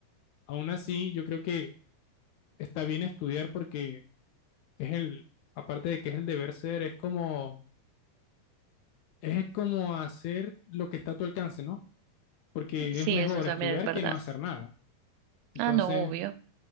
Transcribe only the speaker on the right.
Sí,
eso también
es verdad.
Ah, no, obvio.